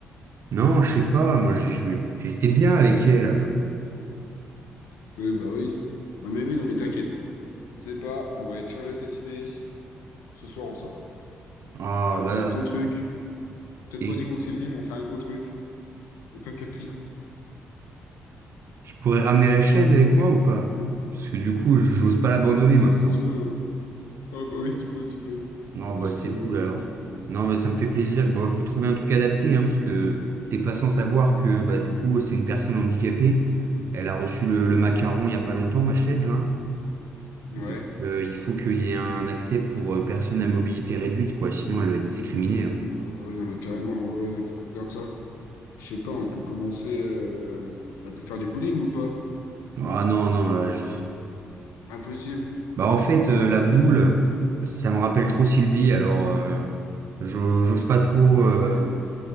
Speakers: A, on the right; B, on the left.
A: non, je sais pas, moi, j'ai- j'ai- j'étais bien avec elle.
B: Oui, bah oui. Non mais oui, non mais t'inquiète. C'est pas, on va échanger tes idées. Ce soir, on sort.
A: Ah
B: On
A: là,
B: fait un gros truc. Peut-être
A: là.
B: pas aussi gros que Sylvie, mais on fait un gros truc. Et t'inquiète.
A: Je pourrais ramener la chaise avec moi ou pas? Parce que du coup, j'ose pas l'abandonner
B: Ouais,
A: maintenant.
B: si tu veux, ouais. Ah bah oui, tu peux, tu peux.
A: Non,
B: Je pense
A: bah c'est
B: que...
A: cool alors. Non, bah ça me fait plaisir. Bah faut trouver un truc adapté, hein, parce que t'es pas sans savoir que bah du coup c'est une personne handicapée. Elle a reçu le, le macaron il y a pas longtemps, ma chaise là.
B: Ouais.
A: Donc euh, il faut qu'il y ait un accès pour euh, personnes à mobilité réduite, quoi. Sinon elle va être discriminée. hein.
B: Ouais, ouais, ouais, non, mais carrément, ouais, ouais, non, faut qu'on regarde ça. Je sais pas, on peut commencer... Euh... On peut faire du bowling ou pas?
A: Ah non, non, là, je-
B: Impossible.
A: Bah en fait, euh, la boule, ça me rappelle trop Sylvie, alors euh, je- j'ose pas trop.
B: Ouais.
A: euh,